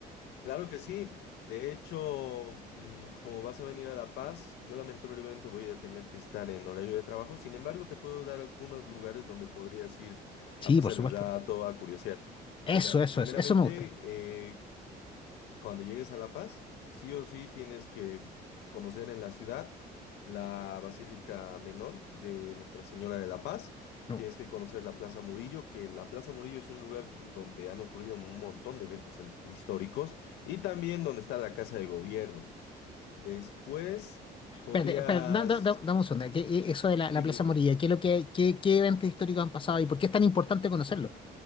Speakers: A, on the left (about 80°); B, on the left (about 30°).
A: Claro que sí. De hecho, mm, como vas a venir a La Paz, yo lamentablemente voy a tener que estar en horario de trabajo. Sin embargo, te puedo dar algunos lugares donde podrías ir
B: Sí,
A: a pasar
B: por supuesto.
A: el rato, a curiosear.
B: Eso,
A: Mira,
B: eso,
A: primeramente,
B: eso, eso me gusta.
A: eh, Cuando llegues a La Paz, sí o sí tienes que conocer en la ciudad la Basílica Menor de Nuestra Señora de la Paz.
B: Ujú.
A: Tienes que conocer la Plaza Murillo, que la Plaza Murillo es un lugar donde han ocurrido un montón de eventos en- históricos y también donde está la Casa de Gobierno. Después
B: Espérate,
A: podrías...
B: espérate, da- da- da- dame un segundo. ¿Qué- eh, eso de la,
A: Dime,
B: la Plaza
A: dime.
B: Morilla, ¿qué es lo que, qué, qué eventos históricos han pasado y por qué es tan importante conocerlo?